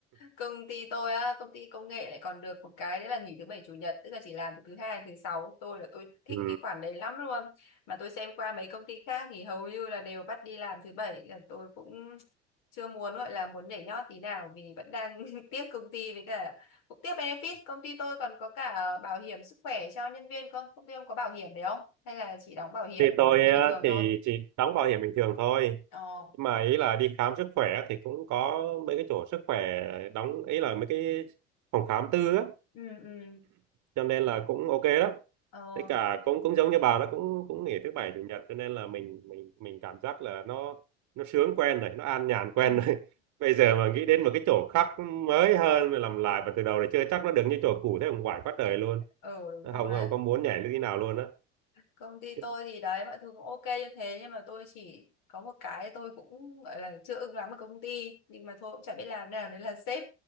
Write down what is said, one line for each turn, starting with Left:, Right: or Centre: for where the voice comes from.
Left: Công ty tôi á, công ty công nghệ lại còn được một cái đấy là nghỉ thứ bảy chủ nhật, tức là chỉ làm từ thứ hai đến thứ sáu. Tôi là tôi thích
Right: ừ.
Left: cái khoản đấy lắm luôn. Mà tôi xem qua mấy công ty khác thì hầu như là đều bắt đi làm thứ bảy, là tôi cũng chưa muốn gọi là muốn nhảy nhót tí nào vì vẫn đang <laughs> tiếc công ty với cả cũng tiếc benefit. Công ty tôi còn có cả bảo hiểm sức khỏe cho nhân viên không? Công ty ông có bảo hiểm đấy không? Hay là chỉ đóng bảo hiểm
Right: thì tôi
Left: như bình
Right: á,
Left: thường thôi?
Right: thì chỉ đóng bảo hiểm bình thường thôi
Left: Ờ.
Right: Nhưng mà ý là đi khám sức khỏe thì cũng có mấy cái chỗ sức khỏe đóng ý là mấy cái phòng khám tư á
Left: Ừ ừ.
Right: cho nên là cũng ok lắm
Left: Ờ.
Right: với cả cũng cũng giống như bà nó cũng cũng nghỉ thứ bảy chủ nhật cho nên là mình mình mình cảm giác là nó nó sướng quen rồi nó an nhàn quen
Left: Ừ,
Right: rồi <laughs> bây giờ mà nghĩ đến một cái chỗ khác mới hơn rồi làm lại và từ đầu để chơi chắc nó được như chỗ cũ thế cũng quải quá trời luôn
Left: Ờ, đúng
Right: không
Left: rồi
Right: không có muốn nhảy như thế nào luôn á
Left: công ty
Right: <laughs>
Left: tôi thì đấy mọi thứ cũng ok như thế nhưng mà tôi chỉ có một cái tôi cũng gọi là chưa ưng lắm ở công ty nhưng mà thôi cũng chả biết làm nào đấy là sếp